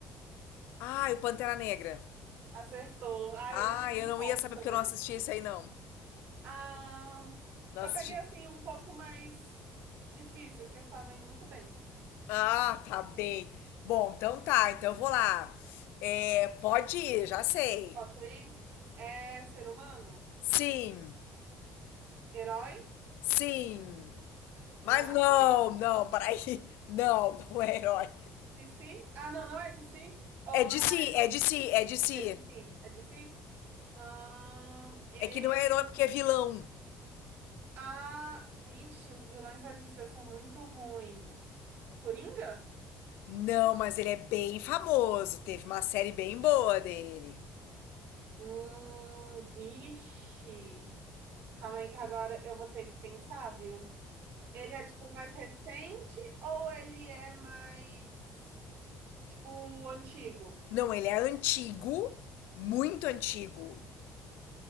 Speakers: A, on the left; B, on the right.
A: Ai, o Pantera Negra.
B: Acertou. Ah,
A: Ah,
B: eu deixei muito
A: eu não
B: fácil
A: ia saber
B: também.
A: porque eu não assisti esse aí, não.
B: Ah,
A: Não
B: eu
A: assisti.
B: peguei assim um pouco mais difícil, porque estava indo muito bem.
A: Ah, tá bem. Bom, então tá, então eu vou lá. É, pode ir, já sei.
B: Posso ir? É ser humano?
A: Sim,
B: Herói?
A: sim. Mas
B: Marvel?
A: não, não, peraí. <laughs> Não, não é herói.
B: DC? Ah, não, não é DC? Ou
A: É
B: não
A: de si,
B: é,
A: é de si, é de si.
B: é DC? É DC? Ahn, ele...
A: É que não é herói porque é vilão.
B: Ah, vixe, os vilões da DC são muito ruins. Coringa?
A: Não, mas ele é bem famoso. Teve uma série bem boa dele.
B: Hum, vixe. Calma aí que agora eu vou ter que pensar, viu? Ele é tipo mais recente ou ele é mais tipo antigo?
A: Não, ele é antigo, muito antigo.